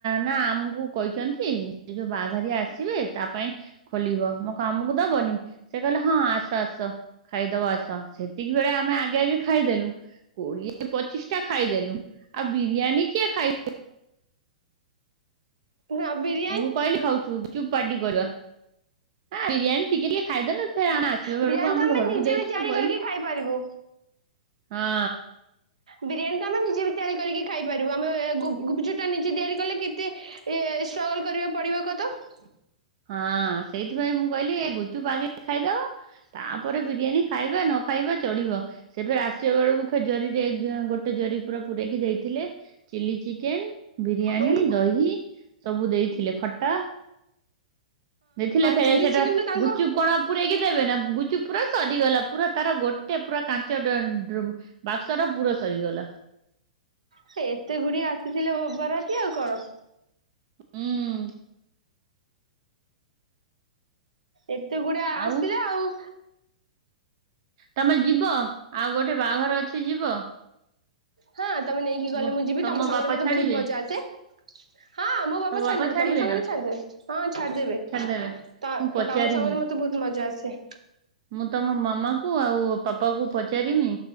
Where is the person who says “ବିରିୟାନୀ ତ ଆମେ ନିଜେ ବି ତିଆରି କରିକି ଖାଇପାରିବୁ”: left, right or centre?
Right